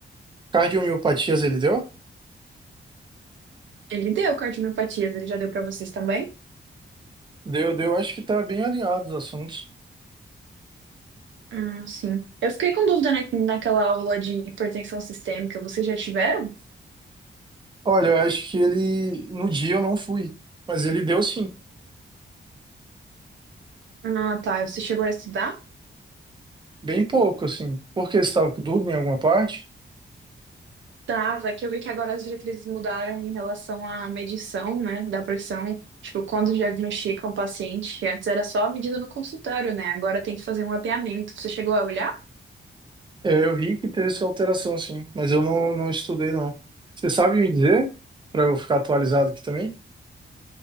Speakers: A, on the right; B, on the right.
A: Cardiomiopatias ele deu?
B: Ele deu cardiomiopatias, ele já deu pra vocês também?
A: Deu, deu, acho que tá bem alinhado os assuntos.
B: Ah, sim. Eu fiquei com dúvida na, naquela aula de hipertensão sistêmica, vocês já tiveram?
A: Olha, eu acho que ele, no dia eu não fui, mas ele deu sim,
B: Ah, tá, você chegou a estudar?
A: bem pouco assim. Por que você estava com dúvida em alguma parte?
B: Tava, que eu vi que agora as diretrizes mudaram em relação à medição, né, da pressão. Tipo, quando diagnostica um paciente, que antes era só medida no consultório, né? Agora tem que fazer um mapeamento. Você chegou a olhar?
A: É, eu vi que teve essa alteração, sim, mas eu não, não estudei, não. Você sabe me dizer, para eu ficar atualizado aqui também?